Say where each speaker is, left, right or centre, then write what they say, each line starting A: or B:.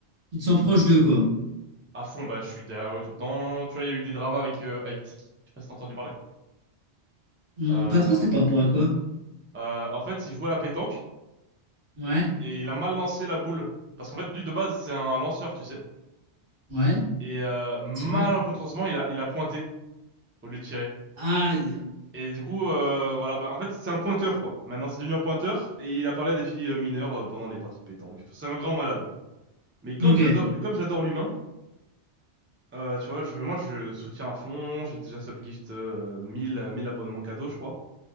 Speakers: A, on the right (about 50°); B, on the right (about 20°).
A: Tu te sens proche d'eux, quoi.
B: À fond, bah, je suis derrière eux tout le temps. Tu vois, il y a eu des dramas avec, euh, avec Tiki, je sais pas si t'as entendu parler.
A: Hmm,
B: Euh,
A: pas trop, c'était par rapport à quoi?
B: euh, en fait, il jouait à la pétanque.
A: Ouais.
B: et il a mal lancé la boule. Parce qu'en fait, lui, de base, c'est un lanceur, tu sais.
A: Ouais.
B: Et euh, malencontreusement,
A: Tireur.
B: il a, il a pointé au lieu de tirer.
A: Aïe.
B: Et du coup, euh, voilà, bah, en fait, c'est un pointeur, quoi. Maintenant, c'est devenu un pointeur, et il a parlé à des filles euh, mineures euh, pendant les parties de pétanque. Enfin, C'est un grand malade. Mais comme
A: Ok.
B: j'adore, comme j'adore l'humain, euh, tu vois, je, moi, je soutiens à fond. J'ai déjà subgift euh, 1000 euh, 1000 abonnements cadeaux, je crois.